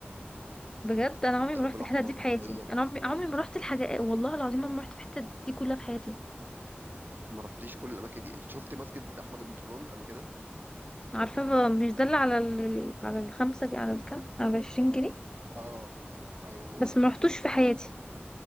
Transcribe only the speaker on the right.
الدرب
الاحمر
والميدانية.
ما رحتيش كل الاماكن دي شفت مسجد احمد بن طولون قبل كده
اه ايوه هو
ده